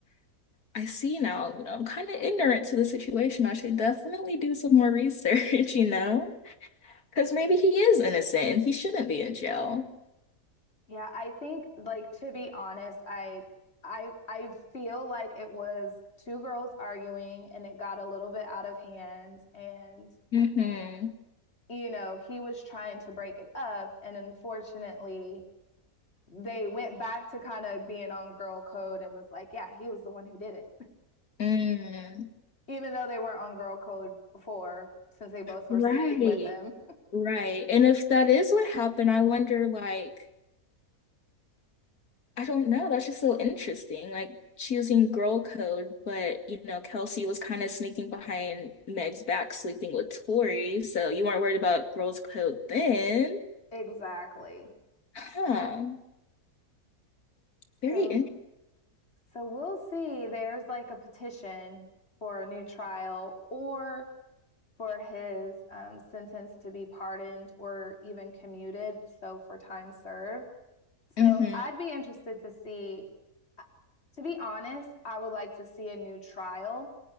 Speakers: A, on the left; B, on the left.
A: I see now, you know, I'm kind of ignorant to the situation. I should definitely do some more research, <laughs> you know, because maybe he is innocent and he shouldn't be in jail.
B: Yeah, I think like to be honest, I I I feel like it was two girls arguing and it got a little bit out of hand and
A: Mm-hmm.
B: you know, he was trying to break it up and unfortunately they went back to kind of being on girl code and was like, yeah, he was the one who did it. <laughs>
A: Mm.
B: Even though they weren't on girl code before since they both were
A: Right.
B: sleeping with him.
A: Right. And if that is what happened, I wonder, like, I don't know. That's just so interesting. Like, she was in girl code, but, you know, Kelsey was kind of sneaking behind Meg's back, sleeping with Tori. So you weren't worried about girls code then.
B: Exactly.
A: Huh. Very
B: So, so we'll see. There's like a petition for a new trial or for his um, sentence to be pardoned or even commuted. So, for time served. So
A: interesting.
B: I'd be interested to see, to be honest, I would like to see a new trial